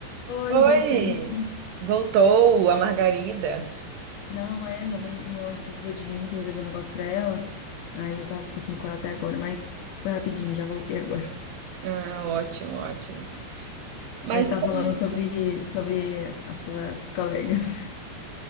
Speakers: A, on the left (about 85°); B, on the right (about 75°).
A: Hoje
B: Oi!
A: voltei.
B: Voltou a Margarida.
A: Não, é, minha mãe, minha mãe precisou de mim pra eu resolver um negócio pra ela. Aí eu tava conversando com ela até agora, mas foi rapidinho, já voltei agora. <laughs>
B: Ah, ótimo, ótimo. Mas
A: A gente
B: é
A: tava falando
B: isso.
A: sobre, sobre as suas colegas. <laughs>